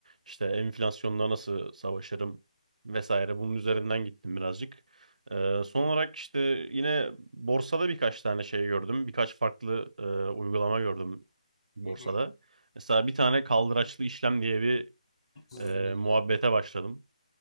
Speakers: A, on the right; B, on the left.
A: işte enflasyonla nasıl savaşırım vesaire bunun üzerinden gittim birazcık. E, son olarak işte yine borsada birkaç tane şey gördüm. Birkaç farklı e, uygulama gördüm borsada.
B: Hı hı.
A: Mesela bir tane kaldıraçlı işlem diye bir
B: Hmm,
A: e, muhabbete başladım.